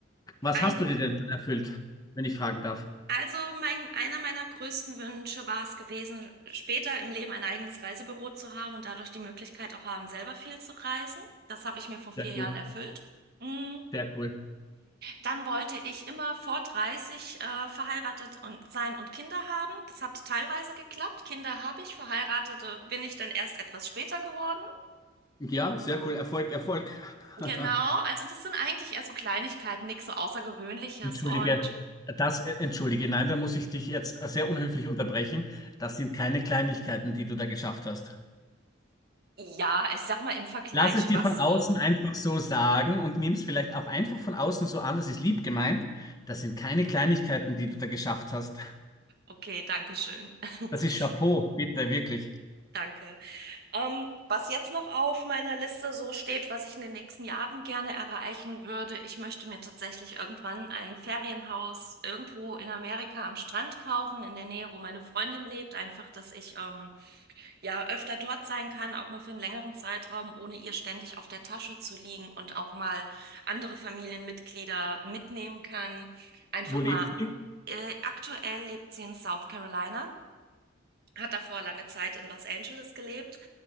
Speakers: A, on the left (about 20°); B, on the right (about 50°).
A: Was
B: ein,
A: hast du dir denn schon erfüllt, wenn ich fragen darf?
B: also mein, einer meiner größten Wünsche war es gewesen, später im Leben ein eigenes Reisebüro zu haben und dadurch die Möglichkeit auch haben, selber viel zu reisen. Das habe ich mir vor vier
A: Sehr
B: Jahren
A: cool,
B: erfüllt. Mm,
A: sehr cool.
B: Dann wollte ich immer vor 30 äh, verheiratet und sein und Kinder haben. Das hat teilweise geklappt. Kinder habe ich, verheiratete bin ich dann erst etwas später geworden.
A: Ja, sehr cool. Erfolg, Erfolg. <laughs>
B: Genau, also das sind eigentlich eher so Kleinigkeiten, nichts so Außergewöhnliches.
A: Entschuldige,
B: Und
A: das, äh, entschuldige, nein, da muss ich dich jetzt äh, sehr unhöflich unterbrechen. Das sind keine Kleinigkeiten, die du da geschafft hast.
B: Ja, ich sag mal im Vergleich,
A: Lass es dir
B: was
A: von
B: so.
A: außen einfach so sagen und nimm es vielleicht auch einfach von außen so an, das ist lieb gemeint. Das sind keine Kleinigkeiten, die du da geschafft hast.
B: Okay, danke schön. <laughs>
A: Das ist Chapeau, bitte, wirklich.
B: Danke. Ähm, was jetzt noch auf meiner Liste so steht, was ich in den nächsten Jahren gerne erreichen würde, ich möchte mir tatsächlich irgendwann ein Ferienhaus irgendwo in Amerika am Strand kaufen, in der Nähe, wo meine Freundin lebt, einfach, dass ich ähm, ja, öfter dort sein kann, auch mal für einen längeren Zeitraum, ohne ihr ständig auf der Tasche zu liegen und auch mal andere Familienmitglieder mitnehmen kann. Einfach
A: Wo lebt
B: mal,
A: ihr?
B: äh, aktuell lebt sie in South Carolina, hat davor lange Zeit in Los Angeles gelebt